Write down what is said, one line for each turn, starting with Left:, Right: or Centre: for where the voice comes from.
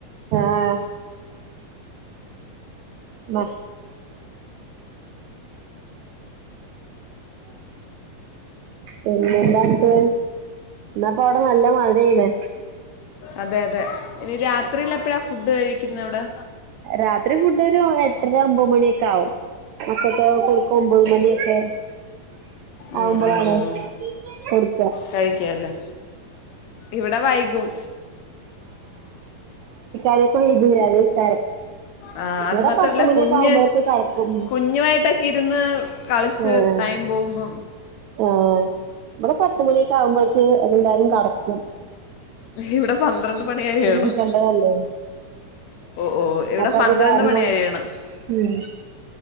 Right: ആഹ് ബ പിന്നെന്താണ് ഇപ്പ അവിടെ നല്ല മഴെയാണ്
Left: അതെ അതെ രാത്രിയിലപ്പോഴാ ഫുഡ് കഴിക്കു ഇന്നിവിടെ
Right: രാത്രി ഫുഡൊരു എട്ടര ഒമ്പത് മണിയൊക്കെ ആകും മക്കൾക്ക് കൊടുക്കുമ്പോൾ ഒമ്പത് മണിയൊക്കെ
Left: ഉം,
Right: ആവുമ്പോഴാണ്
Left: ഉം.
Right: കൊടുക്ക
Left: കഴിക്കല്ലേ ഇവിടെ വൈകും
Right: <unintelligible> <unintelligible>
Left: ആ
Right: ഇവിടെ
Left: അത് മാത്രല്ല
Right: പത്ത് മണിയൊക്കെ
Left: കുഞ്ഞ്
Right: ആവുമ്പോഴേക്ക് കടക്കും
Left: കുഞ്ഞുമായിട്ടൊക്കെ ഇരുന്ന് കളിച്ച്
Right: ആഹ്
Left: ടൈം പോകുമ്പം
Right: ആഹ് ഇവിടെ പത്തുമണിയക്കെയാ കുമ്പോഴക്ക് എല്ലാവാരും കിടക്കും ഉം
Left: ഇവിടെ പന്ത്രണ്ട് മണിായിയണം
Right: നീക്കണ്ടതല്ലേ
Left: ഓ ഓ ഇവിടെ
Right: അപ്പൊ
Left: പന്ത്രണ്ട്
Right: അത് കാരണം
Left: മണിയഴിയണം
Right: ഉം